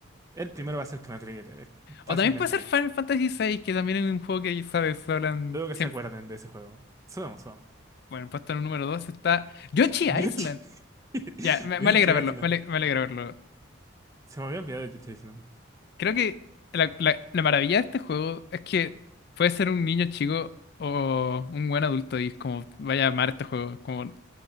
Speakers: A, on the right; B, on the left.
A: El primero va a ser Chrono Trigger, eh, fácilmente.
B: O también puede ser Final Fantasy VI, que también es un juego que, sabes, hablan
A: Dudo que
B: siempre.
A: se acuerden de ese juego. Subamos, subamos.
B: Bueno, puesto en el número 2 está Yoshi
A: Yoshi,
B: Island.
A: <laughs>
B: Ya, me,
A: Yoshi
B: me alegra verlo,
A: Island.
B: me ale- me alegra verlo
A: Se me había olvidado de Yoshi Island.
B: Creo que la, la- la maravilla de este juego es que puede ser un niño chico o un buen adulto y es como vaya a amar este juego. Como,